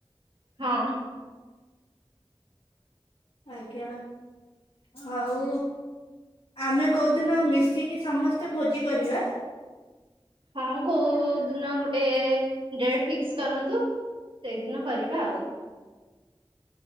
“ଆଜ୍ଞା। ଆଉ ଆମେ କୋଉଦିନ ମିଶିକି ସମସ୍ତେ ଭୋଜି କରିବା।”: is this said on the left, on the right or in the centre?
Left